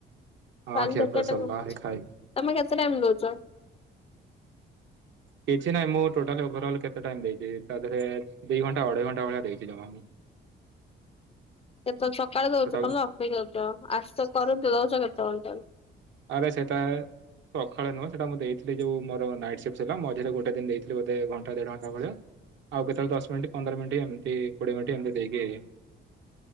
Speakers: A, on the right; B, on the left.
A: ହଁ
B: କାଲି
A: ଖିଆ
B: ଦେଖିବା
A: ପିଆ ସରିଲା ଏଇ ଖାଇ
B: ତମେ କେତେ ଟାଇମ ଦଉଛ?
A: କିଛି ନାହିଁ ମୁଁ ଟୋଟାଲ ଓଭରାଲ୍ କେତେ ଟାଇମ୍ ଦେଇଦିଏ ତା ଥିରେ ଦି ଘଣ୍ଟା ଅଢେଇ ଘଣ୍ଟା ଭଳିଆ ଦେଇଛି ଜମା ମୁଁ।
B: କେତେ ସକାଳେ ଦଉଛ
A: ଟୋଟାଲ
B: ତମେ ଅଫିସ ଯାଉଚ ଆସୁଛ କରନ୍ତୁ ଦଉଛ କେତେବେଳେ ଟାଇମ?
A: ଆରେ ସେଟା ସକାଳେ ନୁହଁ ସେଟା ମୁଁ ଦେଇଥିଲି ଯଉଁ ମୋର ନାଇଟ୍ ସିଫ୍ଟ ଥିଲା। ମଝିରେ ଗୋଟେ ଦିନ ଦେଇଥିଲି ବୋଧେ ଘଣ୍ଟେ ଦେଢ ଘଣ୍ଟା ଭଳିଆ ଆଉ କେତେବେଳେ ଦଶ ମିନିଟ୍ ପନ୍ଦର ମିନିଟ୍ ଏମିତି କୋଡିଏ ମିନିଟ୍ ଏମିତି ଦେଇକି